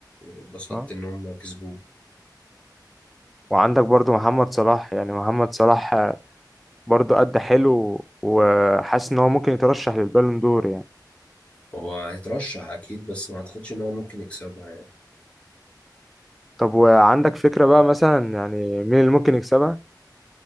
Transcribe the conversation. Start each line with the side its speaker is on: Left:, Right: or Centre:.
Left: اتبسطت
Centre: اه
Left: ان هم كسبوه
Centre: وعندك برضو محمد صلاح يعني محمد صلاح برضه أدى حلو وحاسس إن هو ممكن يترشح للبالون دور يعني
Left: هو هيترشح اكيد بس ما اعتقدش ان هو ممكن يكسبها يعني
Centre: طب وعندك فكرة بقى مثلا يعني مين اللي ممكن يكسبها؟